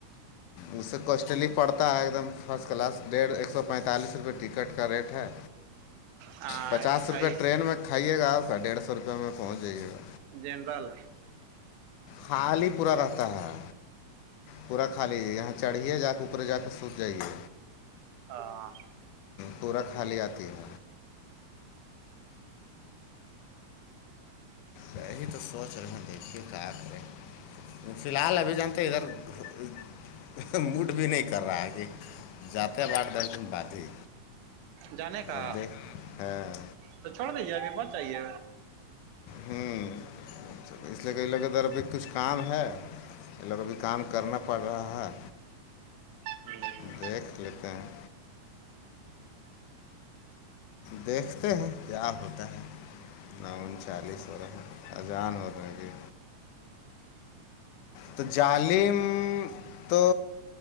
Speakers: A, on the left (about 90°); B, on the right (about 80°).
A: اسس کوسٹلی پڑتا ہے ایک دم فرسٹ کلاس ڈیڑھ ایک سو پینتالیس روپے ٹکٹ کا ریٹ ہے
B: ہاں
A: پچاس روپئے
B: ہاں
A: ٹرین میں کھائیے گا آپ کا ڈیڑھ سو روپے میں پہنچ جائیے گا
B: جنرل
A: خال ہی پورا رہتا ہے پورا کھا لیجیے یہاں چڑھھیے جا کے اوپرے جا کے سوکھ جائیے
B: ہاں
A: پورا خالی آتی ہے یہی تو سوچ رہے دیکھیے کایا کریں فی الحال ابھی جانتے ادھر موڈ بھی نہیں کر رہا ہے کہ جاتے ہیں ب آٹ دس دن بعد ہی
B: جانے کا
A: اب دیکھ ہاں
B: تو چھوڑ دیجے ابھی بچ جائیے
A: ہوں اس لیے کہ لے کےدھر بھی کچھ کام ہے لوگبھی کام کرنا پڑ رہا ہے
B: ہوں
A: دیکھ لیتے ہیں دیکھتے ہیں کیا ہوتا ہے نون چالیس ہو رہا ہے اجان ہو رہا ج تو جالم تو